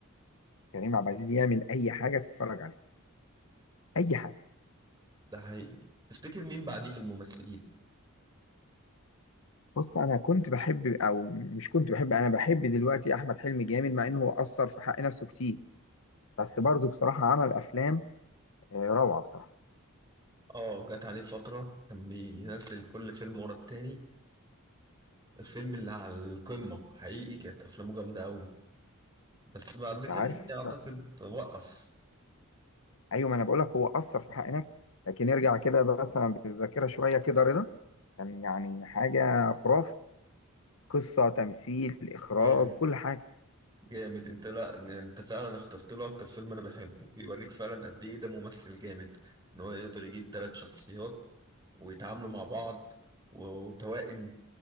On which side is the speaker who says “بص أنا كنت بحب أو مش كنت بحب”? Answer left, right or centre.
Left